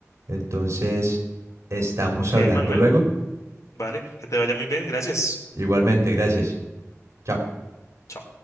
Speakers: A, on the right (about 60°); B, on the left (about 70°).
A: Entonces, estamos
B: Ok,
A: hablando
B: Manuel.
A: luego.
B: Vale, que te vaya muy bien. Gracias.
A: Igualmente, gracias. Chao.
B: Chao.